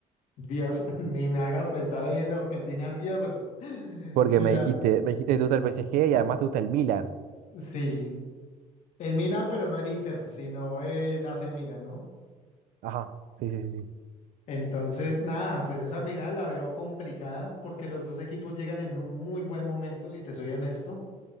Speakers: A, on the left (about 60°); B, on the right (about 75°).
A: Dios, <laughs> ni me hagas pensar en eso porque estoy nervioso. <laughs>
B: Porque
A: Sí,
B: me
A: ya.
B: dijiste, me dijiste que te gusta el PSG y además te gusta el Milan.
A: Sí. El Milan, pero no el Inter, sino eh, el AC Milan, ¿no?
B: Ajá, sí, sí, sí, sí.
A: Entonces, nada, pues esa final la veo complicada porque los dos equipos llegan en un muy buen momento, si te soy honesto,